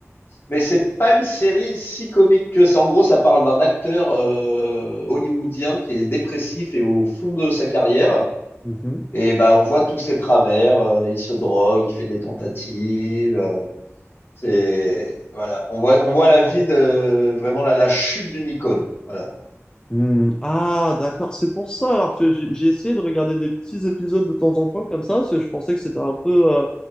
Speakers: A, on the left; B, on the left.
A: Mais c'est pas une série si comique que ça. En gros, ça parle d'un acteur euh, hollywoodien qui est dépressif et au fond de sa carrière.
B: Mhm.
A: Et bah, on voit tous ses travers. euh, il se drogue, il fait des tentatives. euh, c'est voilà. On voit, on voit la vie de vraiment la, la chute d'une icône. Voilà.
B: Hmm, Ah, d'accord, c'est pour ça. Alors que j'ai j'ai essayé de regarder des petits épisodes de temps en temps comme ça, parce que je pensais que c'était un peu, euh,